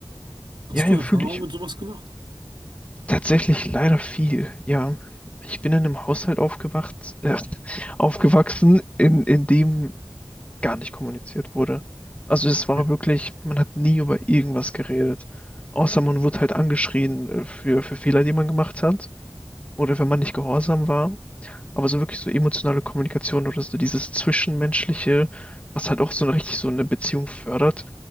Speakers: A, on the right; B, on the left.
A: Hast
B: Ja, ja,
A: du Erfahrung
B: fühle ich.
A: mit sowas gemacht?
B: Tatsächlich leider viel. Ja, ich bin in einem Haushalt aufgewacht, äh, <laughs> aufgewachsen, in, in dem gar nicht kommuniziert wurde. Also es war
A: Ja.
B: wirklich, man hat nie über irgendwas geredet. Außer man wurde halt angeschrien äh, für, für Fehler, die man gemacht hat oder wenn man nicht gehorsam war. Aber so wirklich so emotionale Kommunikation oder so dieses Zwischenmenschliche, was halt auch so eine, richtig so eine Beziehung fördert,